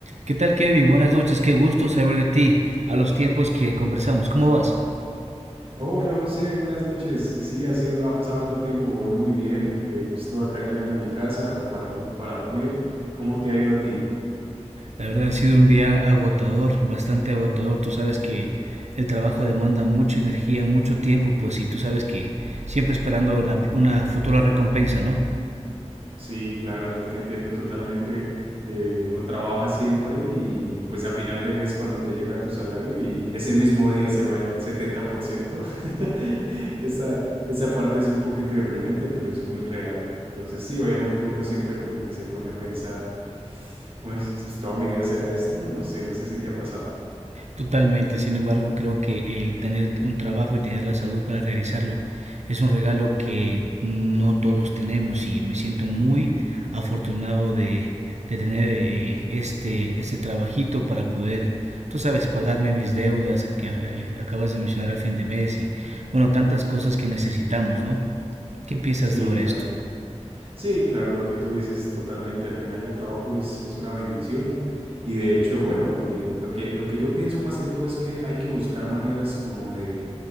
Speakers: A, on the right; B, on the right.
A: ¿Qué tal Kevin? Buenas noches, qué gusto saber de ti a los tiempos que conversamos. ¿Cómo vas?
B: Hola José, buenas noches. Eh, Sí, ha sido, ha pasado harto tiempo, voy muy bien. eh, justo acá llegando a mi casa, preparándome para dormir. ¿Cómo te ha ido a ti?
A: La verdad ha sido un día agotador, bastante agotador. Tú sabes que el trabajo demanda mucha energía, mucho tiempo, pues y tú sabes que siempre esperando la- una futura recompensa, ¿no?
B: Sí, claro, yo te entiendo totalmente. eh, uno trabaja siempre y pues a final de mes cuando te llega tu salario y ese mismo día se va el 70%. <laughs> Esa, esa parte es un poquito deprimente, pero es muy real. Entonces sí, obviamente uno siempre como que se pone a pensar, pues toda mi vida será esto. No sé, no sé si te ha pasado.
A: Totalmente, sin embargo, creo que el tener un trabajo y tener la salud para realizarlo es un regalo que no todos tenemos y me siento muy afortunado de, de tener eh, este, este trabajito para poder, tú sabes, pagarme mis deudas que eh, acabas de mencionar al fin de mes y, bueno, tantas cosas que necesitamos, ¿no? ¿Qué piensas
B: Sí,
A: sobre
B: claro.
A: esto?
B: Sí, claro, lo que tú dices totalmente. Al final el trabajo es, es una bendición. Y de hecho, bueno, eh, lo que, lo que yo pienso más que todo es que hay que buscar maneras como de,